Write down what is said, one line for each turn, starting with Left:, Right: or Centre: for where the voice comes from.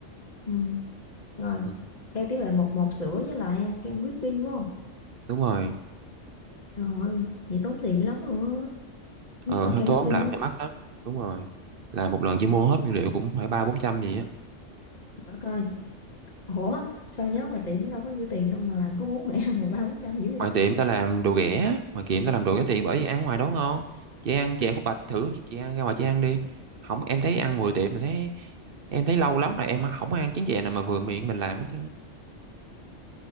Left: Ừm, Rồi
Right: ừ,
Left: theo tỷ lệ một một sữa với lại kem whipping đúng không?
Right: đúng rồi
Left: Trời ơi, vậy tốn tiền dữ lắm luôn á. Nhất
Right: ờ
Left: là
Right: hơi
Left: kem
Right: tốn
Left: whipping
Right: làm
Left: á,
Right: mày mắc lắm đúng rồi là một lần chỉ mua hết nguyên liệu cũng phải ba bốn trăm gì á
Left: Trời coi Ủa sao nhớ mà tiệm đâu có nhiêu tiền đâu mà làm có bốn mẹ ăn mà ba bốn trăm dữ vậy
Right: ngoài tiệm ta làm đồ ghẻ ngoài tiệm ta làm đồ ghẻ tiền bởi vì ăn ngoài đó ngon chị ăn chè khúc bạch thử chị ăn ra ngoài chị ăn đi không em thấy ăn 10 tiệm là thấy em thấy lâu lắm rồi em không ăn chén chè nào mà vừa miệng mình làm hết trơn á.